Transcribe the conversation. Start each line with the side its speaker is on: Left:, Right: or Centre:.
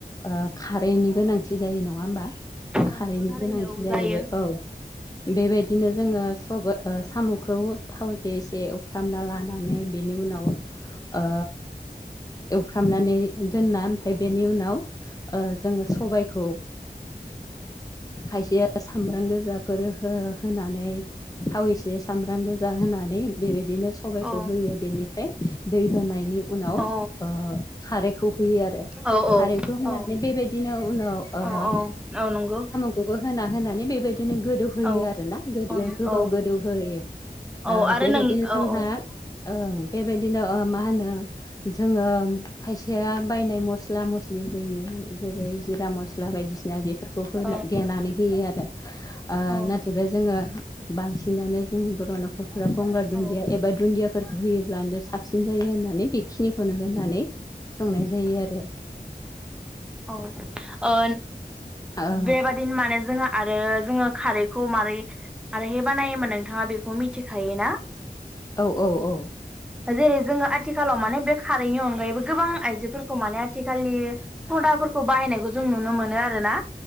Left: ओ खारैनि गोनांथि जायो नङा होमबा
Centre: औ
Left: खारैनि
Centre: नंगौ थारैनो
Left: गोनांथि
Centre: औ
Left: जाहैबाय
Centre: जायो
Left: औ बेबायदिनो जोङो साम' खौ थाव जेसे एफ्रामना लानानै बेनि उनाव ओ एवफ्रामनानै दोनना ओमफ्राय बेनि उनाव ओ जोङो सबायखौ खायसे सामब्राम गोजाफोर हो होनानै थाव एसे सामब्राम गोजा होनानै बेबायदिनो सबबायखौ
Centre: औ
Left: होयो बेनिफ्राय दै होनायनि उनाव ओ
Centre: औ
Left: खारैखौ होयो आरो
Centre: औ
Left: खारैखौ होनानै
Centre: औ
Left: बेबायदिनो उनाव
Centre: औ औ औ नंगौ
Left: बेबो होना होनानै बेबायदिनो गोदौहोयो
Centre: औ
Left: आरो ना गो
Centre: औ
Left: गोबाव
Centre: औ
Left: गोदौहोयो
Centre: औ आरो
Left: बेबायदिनो
Centre: नों
Left: जोंहा
Centre: औ औ
Left: ओं बेबायदिनो मा होनो जोङो खायसेया बायनाय मस्ला मस्लि होयो जेरै जिरा मस्ला बायदिसिना बेफोरखौ देनानै
Centre: औ औ
Left: होयो आरो
Centre: औ
Left: नाथायब जोङो बांसिनानो जोंनि बर' न'खरफोरा गंगार दुन्दिया
Centre: औ
Left: एबा दुन्दियाफोरखौ होयोब्लानो साबसिन जायो होननानै बेखि सिनिखौनो होनानै संनाय जायो आरो
Centre: औ ओ
Left: आरो
Centre: बेबादि बिन माने जोङो आरो जोङो खारैखौ मारै आरोहाय बानायोमोनबा नोंथाङा बेखौ मिथिखायोना
Left: औ औ औ
Centre: जेरै जोङो आथिखालाव माने बे खारैनि अनगायैबो गोबां आइजोफोरखौ माने आथिखालनि सदाफोरखौ बाहायनायखौ जों नुनो मोनो आरोना